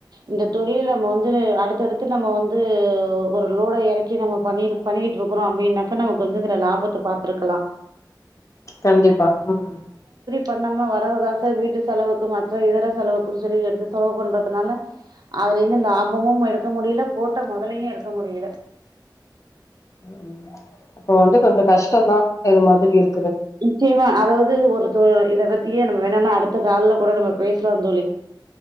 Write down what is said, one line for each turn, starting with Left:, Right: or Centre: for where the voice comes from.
Right: இந்த தொழில் நம்ம வந்து அடுத்தடுத்து நம்ம வந்து து ஒரு லோட எறக்கி நம்ம பண்ணிரு பண்ணிகிட்ருக்கறோ அப்டினாக்க நமக்கு வந்து இதுல
Left: ம்
Right: லாபத்த பாத்துருக்கலா
Left: கண்டிப்பா ம்
Right: பண்ணாம வரவு காச வீட்டு செலவுக்கு மற்ற இதர செலவுக்குன் சொல்லி எடுத்து செலவு பண்றதுனால அதுல இருந்து லாபமும் எடுக்க முடியல போட்ட மொதலையு எடுக்க முடியல
Left: ம் அப்ப வந்து கொஞ்ச கஷ்டந்தா இது மாதிரி இரு
Right: நிச்சயமா அதாவுது ஒரு தோ இத பத்தியே நம்ம வேணுனா அடுத்த கால்ல கூட நம்ம பேசலாந்தோழி